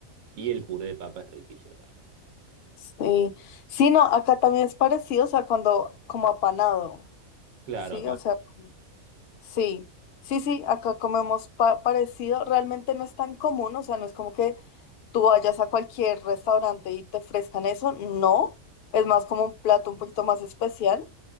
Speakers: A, on the right; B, on the left.
A: Y el puré de papa es riquísimo también.
B: Sí. Sí, no, acá también es parecido, o sea, cuando como apanado,
A: Claro,
B: sí,
A: papá,
B: o sea, sí, sí, sí, acá comemos pa- parecido, realmente no es tan común, o sea, no es como que tú vayas a cualquier restaurante y te ofrezcan eso, no, es más como un plato un poquito más especial,